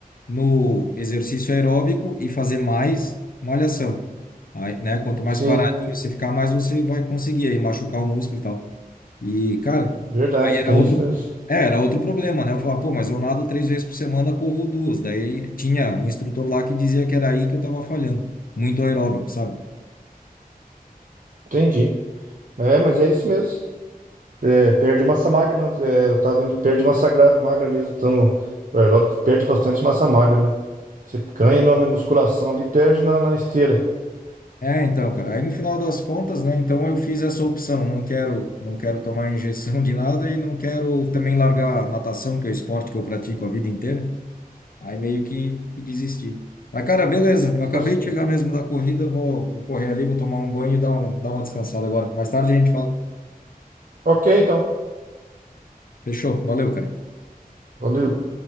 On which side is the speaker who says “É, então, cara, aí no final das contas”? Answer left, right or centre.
Left